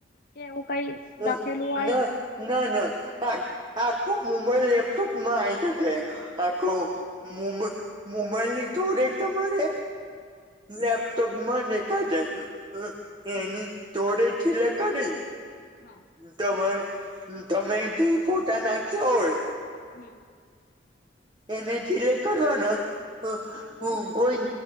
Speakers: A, on the left; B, on the right.
A: કેવું કઈ? લખેલું
B: અ
A: હોય
B: ના ના ના આ આખો મોબાઈલ લેપટોપમાં આઇ જતે આખો. મોબ મોબાઇલની જોડે તમારે લેપટોપમાં ને કાજે. હ એની જોડે સિલેક્ટ કરી
A: હા
B: તમા તમે ત ફોટા નાખ્યા હોય.
A: હમ
B: એને ધીરે કરવાના <unintelligible> હ
A: બરાબર
B: હ બોયન